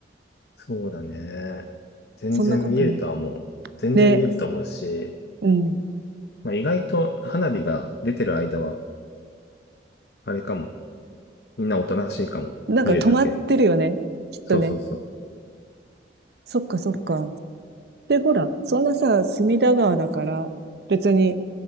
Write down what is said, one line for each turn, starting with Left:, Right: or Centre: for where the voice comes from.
Left: そうだね。全然見えるとは思う。
Right: そんなことない。
Left: 全然見えると思うし、
Right: ね、うん。
Left: まあ、意外と花火が出てる間は、あれかも。みんなおとなしいかも。
Right: なんか止まってるよね。
Left: 見るだけ。
Right: きっとね。
Left: そうそうそう。
Right: そっかそっか。で、ほら、そんなさ、隅田川だから、別に、